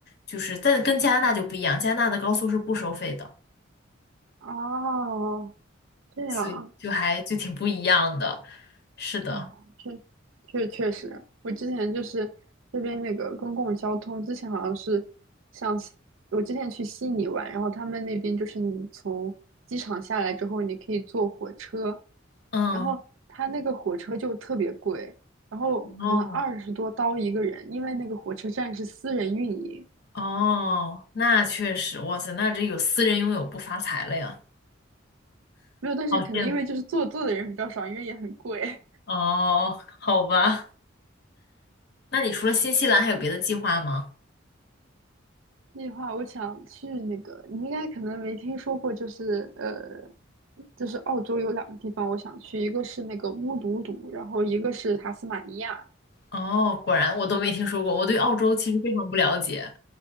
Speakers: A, on the left (about 55°); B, on the right (about 80°).
A: 就是但跟加拿大就不一样，加拿大的高速是不收费的，
B: 哦，这样啊，
A: 所以就还就挺不一样的。是的，
B: 哇，确确确实，我之前就是这边那个公共交通，之前好像是像西我之前去悉尼玩，然后他们那边就是你从机场下来之后，你可以坐火车，
A: 嗯，
B: 然后他那个火车就特别贵，然后可能二十多刀一个人，
A: 哦
B: 因为那个火车站是私人运营。
A: 哦，那确实，哇塞，那这有私人拥有不发财了呀，
B: 没有，但是可能因为就是做做的人比较少，
A: 好羡慕。
B: 因为也很贵。<laughs>
A: 哦，<laughs> 好吧，那你除了新西兰还有别的计划吗？
B: 这句话我想去那个，你应该可能没听说过，就是呃，就是澳洲有两个地方我想去，一个是那个乌鲁鲁，然后一个是塔斯马尼亚。
A: 哦，果然我都没听说过，我对澳洲其实非常不了解。